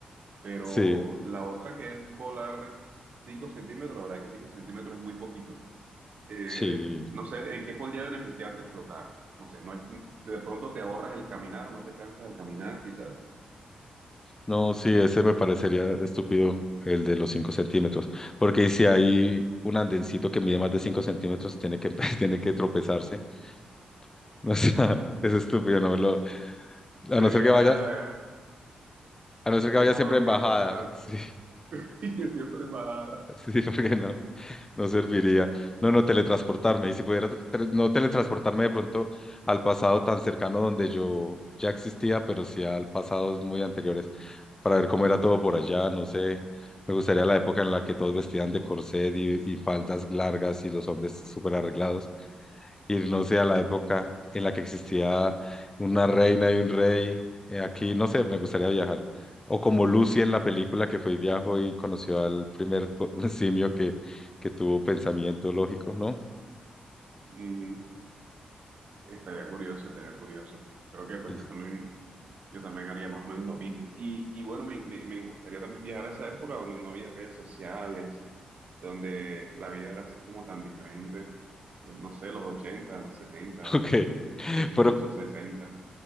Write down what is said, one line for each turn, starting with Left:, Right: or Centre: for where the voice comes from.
Right: Pero
Left: Sí.
Right: la otra que es volar 5 centímetros, la verdad que 5 centímetros es muy poquito. Eh,
Left: Sí,
Right: no sé, ¿en qué podría beneficiarte flotar? No sé, no es- de pronto te ahorras el caminar, no te cansas al caminar, quizás.
Left: no, sí, ese me parecería estúpido, el de los 5 centímetros, porque si hay un andencito que mide más de 5 centímetros, tiene que, <laughs> tiene que tropezarse, <laughs> o sea, es estúpido, no me lo, a
Right: Sería,
Left: no ser que vaya,
Right: eh,
Left: a no ser
Right: sería
Left: que vaya
Right: como
Left: siempre
Right: los
Left: en
Right: carros
Left: bajada,
Right: altos,
Left: <laughs> sí,
Right: <laughs> que siempre más...
Left: sí, sí, porque no, No serviría. No, no, teletransportarme. Y si pudiera tra- no teletransportarme de pronto al pasado tan cercano donde yo ya existía, pero sí al pasados muy anteriores, para ver cómo era todo por allá, no sé. Me gustaría la época en la que todos vestían de corset y, y faldas largas y los hombres súper arreglados ir, no
Right: Uy,
Left: sé, a
Right: sí,
Left: la época
Right: sí.
Left: en la que existía una reina y un rey. Eh, Aquí, no sé, me gustaría viajar. O como Lucy en la película que fue y viajó y conoció al primer co- <laughs> simio que, que tuvo pensamiento lógico, ¿no?
Right: Ujú. Estaría curioso, estaría curioso. Creo que pues
Left: Sí,
Right: yo
Left: sí.
Right: también... Yo también haría más o menos lo mismo. Y, y bueno, me, me- me gustaría también viajar a esa época donde no había redes sociales, donde la vida era así como tan diferente. Eh, no sé, los 80 los setenta
Left: <laughs> Ok.
Right: incluso
Left: Pero,
Right: 60.